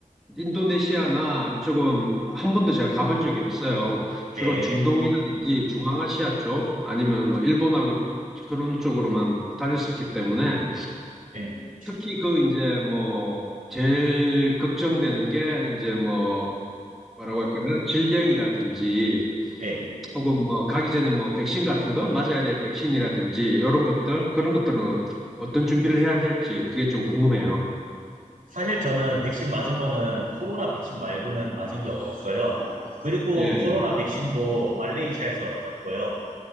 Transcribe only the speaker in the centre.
인도네시아나 이쪽은 한 번도 제가 가본 적이 없어요. 주로
중동이라든지 중앙아시아 쪽 아니면 뭐 일본하고 그런 쪽으로만 다녔었기 때문에
특히 그 이제 뭐 제일 걱정되는 게 이제 뭐 뭐라고 할까요? 질병이라든지
혹은 뭐 가기 전에 뭐 백신 같은 거 맞아야 될 백신이라든지 이런 것들 그런 것들은 어- 어떤 준비를 해야 될지 그게 좀 궁금해요.
예.